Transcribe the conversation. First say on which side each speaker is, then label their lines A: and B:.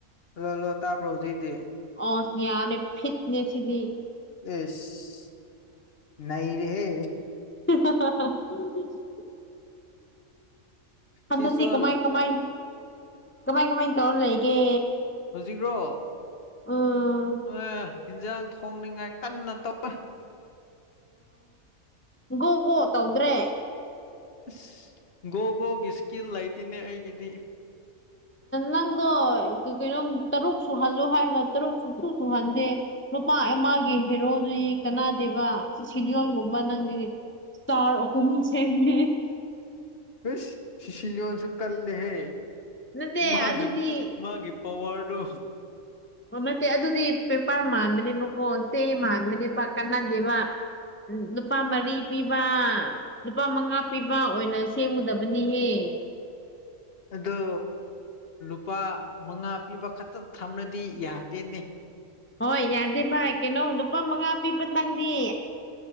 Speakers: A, on the left (about 50°); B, on the left (about 15°).
A: ꯍꯜꯂꯣ ꯇꯥ ꯄ꯭ꯔꯣ ꯍꯧꯖꯤꯗꯦ
B: ꯑ ꯌꯥꯔꯦ ꯐꯤꯠꯅꯦꯁꯤꯗꯤ
A: ꯏꯁ ꯅꯩꯔꯦ ꯍꯦ
B: <unintelligible> ꯍꯟꯗꯛꯇꯤ
A: ꯁꯤꯆꯣꯜ
B: ꯀꯃꯥꯏ ꯀꯃꯥꯏ ꯀꯃꯥꯏ ꯀꯃꯥꯏ ꯇꯧꯔ ꯂꯩꯒꯦ
A: ꯍꯧꯖꯤꯛ꯭ꯔꯣ
B: ꯎꯝ
A: ꯑꯦ ꯍꯟꯖꯥꯡ ꯊꯣꯡꯅꯤꯉꯥꯏ ꯀꯟꯅ ꯇꯧ
B: ꯑꯣ ꯕꯣ ꯇꯧꯗ꯭ꯔꯦ
A: ꯑꯁ ꯒꯣ ꯕꯣꯒꯤ ꯏꯁꯀꯤꯜ ꯂꯩꯇꯅꯦ ꯑꯩꯒꯤꯗꯤ
B: ꯅꯪꯗꯣ ꯀꯩꯅꯣꯝ ꯇꯔꯨꯛ ꯁꯨꯍꯜꯂꯣ ꯍꯥꯏꯔꯒ ꯇꯔꯨꯛ ꯁꯨꯡꯁꯨꯨ ꯁꯨꯍꯟꯗꯦ ꯂꯨꯄꯥ ꯑꯃꯒꯤ ꯍꯦꯔꯣꯗꯨꯏ ꯀꯅꯥꯗꯦꯕ ꯁꯤꯁꯤꯂꯤꯌꯣꯟꯒꯨꯝ ꯅꯪꯗꯤ ꯏꯁꯇꯥꯔ ꯑꯍꯨꯝ ꯁꯦꯝꯃꯦ
A: ꯏꯁ ꯁꯤꯁꯤꯂꯤꯟꯁꯨ ꯀꯜꯂꯦꯍꯦ
B: ꯅꯠꯇꯦ
A: ꯃꯥꯒꯤ
B: ꯑꯗꯨꯗꯤ
A: ꯃꯥꯒꯤ ꯄꯋꯥꯔꯗꯣ
B: ꯑꯣ ꯅꯠꯇꯦ ꯑꯗꯨꯗꯤ ꯄꯦꯄꯔ ꯃꯥꯟꯗꯅꯦꯕꯀꯣ ꯆꯦ ꯃꯥꯟꯗꯅꯦꯕ ꯀꯥꯟꯅꯗꯦꯕ ꯎꯝ ꯅꯨꯄꯥ ꯃꯔꯤ ꯄꯤꯕ ꯂꯨꯄꯥ ꯃꯉꯥ ꯄꯤꯕ ꯑꯣꯏꯅ ꯁꯦꯝꯒꯗꯕꯅꯤꯍꯦ
A: ꯑꯗꯣ ꯂꯨꯄꯥ ꯃꯉꯥ ꯄꯤꯕ ꯈꯛꯇ ꯊꯝꯂꯗꯤ ꯌꯥꯗꯦꯅꯦ
B: ꯍꯣꯏ ꯌꯥꯗꯦ ꯚꯥꯏ ꯀꯩꯅꯣ ꯂꯨꯄꯥ ꯃꯉꯥ ꯄꯤꯕꯇꯪꯗꯤ